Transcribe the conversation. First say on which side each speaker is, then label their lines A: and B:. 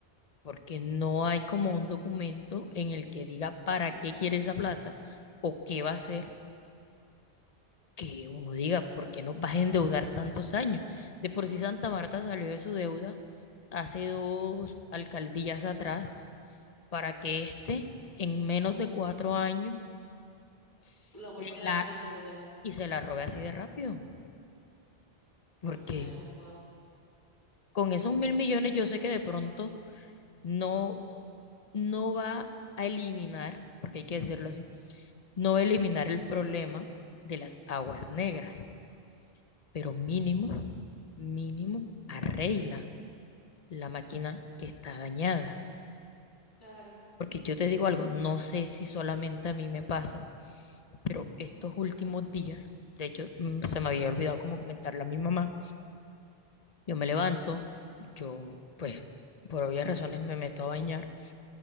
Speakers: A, on the left; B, on the left.
A: porque no hay como un documento en el que diga para
B: Mm,
A: qué quiere esa plata o qué va a hacer, que uno diga, ¿por qué nos vas a endeudar tantos años? De por sí Santa Marta salió de su deuda hace dos alcaldías atrás para que éste en menos de cuatro años se
B: la vuelvo otra
A: la,
B: vez a endeudar.
A: y se la robe así de rápido, porque
B: O sea, wow.
A: con esos mil millones yo sé que de pronto no, no va a eliminar, porque hay que decirlo así, No eliminar el problema de las aguas negras, pero mínimo, mínimo, arregla la máquina que está dañada.
B: Claro,
A: Porque yo te digo algo, no sé si solamente a mí me pasa, pero estos últimos días, de hecho, mm, se me había olvidado como comentarle a mi mamá, yo me levanto, yo pues por obvias razones me meto a bañar